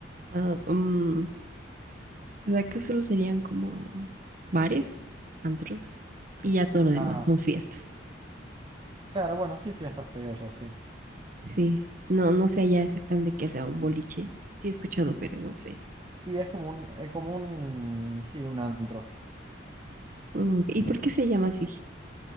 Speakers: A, on the right; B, on the right.
A: Ah, mm, o sea, que solo serían como bares, antros y ya todo lo demás,
B: Ah,
A: son fiestas.
B: claro, bueno, sí, fiestas te digo yo, sí.
A: Sí, no, no sé ya exactamente qué sea un boliche. Sí he escuchado, pero no sé.
B: Y es como un, es como un, sí, un antro.
A: Mm, ¿y por qué se llama así?